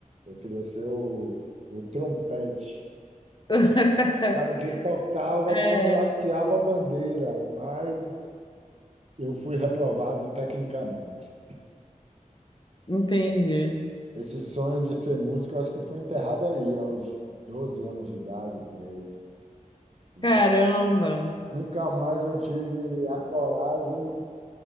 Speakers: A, on the right; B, on the left.
A: Eu queria ser o, o trompete. O
B: <laughs>
A: cara que tocava
B: É,
A: quando hasteava a bandeira, mas eu fui reprovado tecnicamente.
B: entendi.
A: Esse esse sonho de ser músico, eu acho que foi enterrado aí, aos 12 anos de idade, treze então
B: Caramba,
A: Nunca mais eu tive a coragem